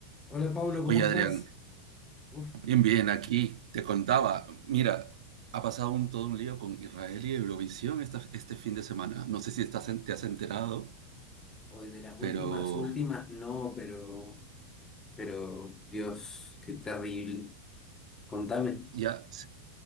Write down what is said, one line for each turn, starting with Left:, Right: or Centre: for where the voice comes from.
Left: Hola Pablo, ¿cómo
Right: Oye,
Left: estás?
Right: Adrián,
Left: Uf,
Right: bien, bien, aquí te contaba, mira, ha pasado un, todo un lío con Israel y Eurovisión esta- este fin de semana. No sé si estás en- te has enterado,
Left: hoy de las
Right: pero
Left: últimas, últimas, no, pero, pero, Dios, qué terrible. Contame.
Right: ya, se-